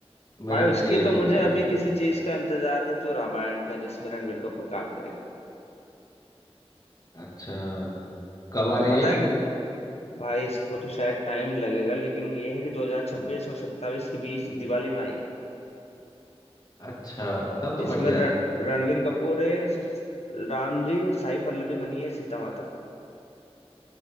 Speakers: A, on the left (about 35°); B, on the left (about 75°).
A: मेरे
B: भाई
A: को
B: उसकी
A: तो यही
B: तो मुझे
A: थीम लगा
B: अभी किसी चीज का इंतजार है तो रामायण का जिसमें रणवीर कपूर काम करेगा
A: अच्छा कब आ
B: जो
A: रही
B: पता
A: है
B: है कि भाई इसको तो शायद टाइम लगेगा लेकिन ये है कि 2026 और 27 के बीच दिवाली में आएगी
A: अच्छा तब तो
B: इसमें
A: बढ़िया
B: रण,
A: है।
B: रणवीर कपूर है स- राम जी और साई पल्लवी बनी है सीता माता